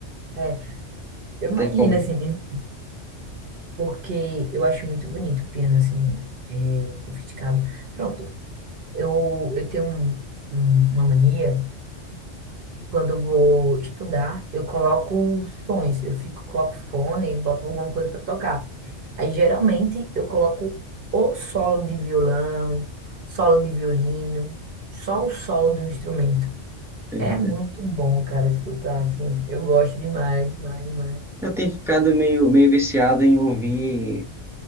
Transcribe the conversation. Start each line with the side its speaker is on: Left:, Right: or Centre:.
Right: é, eu
Centre: Não tem
Right: imagino,
Centre: como.
Right: assim. né? porque eu acho muito bonito o piano, assim, é, sofisticado. Pronto, eu, eu tenho um- um- uma mania, quando eu vou estudar, eu coloco sons, eu fico, coloco fone e boto alguma coisa para tocar. Aí, geralmente, eu coloco ou solo de violão, solo de violino, só o solo do instrumento.
Centre: É,
Right: É muito bom, cara, escutar, assim, eu gosto demais, demais, demais.
Centre: Eu tenho ficado meio, meio viciado em ouvir